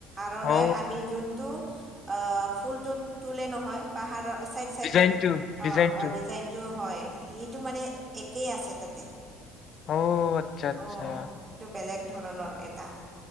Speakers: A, on the right; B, on the left.
A: আৰনায়ত
B: অ
A: টো অ', ফুলটোত তুলে নহয়। পাহাৰৰ চাইড চাইডত,
B: ডিজাইনটো ডিজাইনটো
A: অ' ডিজাইন টো হয়, ইটো মানে একেই আছে তাতে
B: অ আচ্ছা আচ্ছা
A: অ'। সেইটো বেলেগ ধৰণৰ এটা,